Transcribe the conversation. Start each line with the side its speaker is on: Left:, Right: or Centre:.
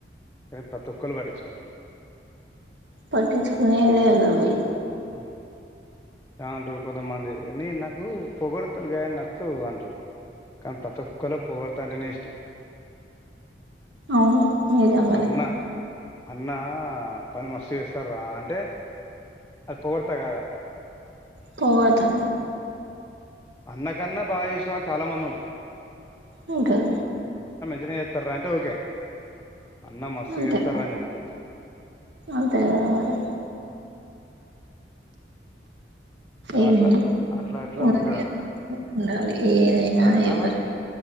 Left: కానీ ప్రతి ఒక్కరు పట్టించుకుంటారు.
Right: పటిించుకునేదే గవి
Left: ఆ ఎమంటరు కొంతమంది ని నాకు పొగొడతరు కాని నచ్చవు అంటరు కానీ ప్రతి ఒక్కలకు పొగడ్త అంటేనే ఇష్టం.
Right: అవును నిజంగానే
Left: అన్నా అన్నా పని మస్తు చేస్తారు రా అంటే అది పొగొడ్త కాదా
Right: పోగడ్తే
Left: అన్న కన్నా బాగా చేసిన వాళ్ళు చాలా మంది ఉంటరు
Right: ఉంటది
Left: తినేతర రా అంటే ఓకే అన్న మస్తు
Right: అంతే
Left: చేస్తారా
Right: కదా
Left: అని చెప్తారు
Right: అంతే కదా మరి ఎందుకు
Left: అట్లా అట్లా అట్లా
Right: ఉండాలి
Left: ఉంటది అన్నట్టు
Right: ఏదైనా
Left: సరేనా
Right: ఎవరైనా
Left: మరి